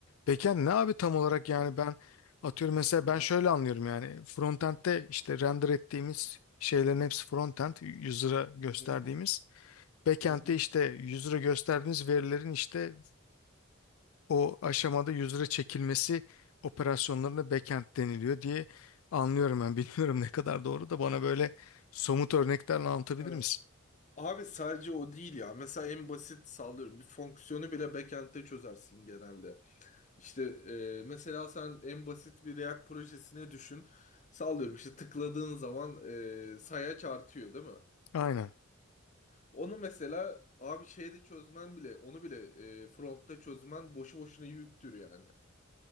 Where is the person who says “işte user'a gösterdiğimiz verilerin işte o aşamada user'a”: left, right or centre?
Left